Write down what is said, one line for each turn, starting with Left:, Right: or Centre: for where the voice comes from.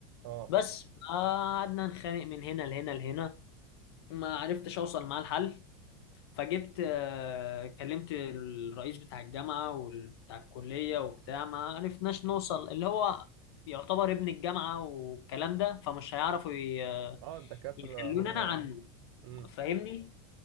Right: اه
Left: بس قعدنا نخانق من هنا لهنا لهنا ما عرفتش اوصل معاه الحل فجبت آه، كلمت الرئيس بتاع الجامعة وبتاع الكلية وبتاع ما عرفناش نوصل اللي هو يعتبر ابن الجامعة والكلام ده فمش هيعرفوا ي-
Right: اه الدكاتره
Left: يخلوني
Right: هم
Left: أنا عنه
Right: امم
Left: فاهمني